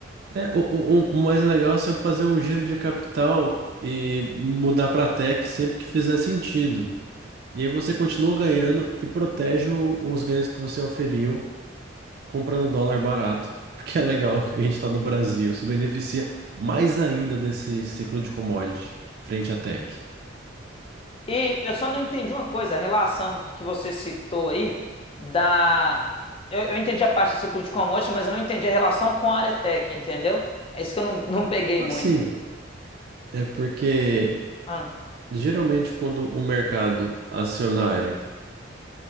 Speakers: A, on the right (about 55°); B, on the left (about 30°).
A: É, o, o, o o mais legal é você fazer o giro de capital e mudar para tech sempre que fizer sentido. E aí você continua ganhando e protege o- os ganhos que você oferiu comprando dólar barato, porque é legal que a gente está no Brasil, se beneficia mais ainda desse ciclo de commodity frente à tech.
B: Hum. E eu só não entendi uma coisa, a relação que você citou aí da. Eu, eu entendi a parte do ciclo de commodities, mas eu não entendi a relação com a área tech, entendeu? É isso que eu não, não peguei
A: Assim,
B: muito.
A: é porque
B: Ah,
A: geralmente quando o mercado acionário,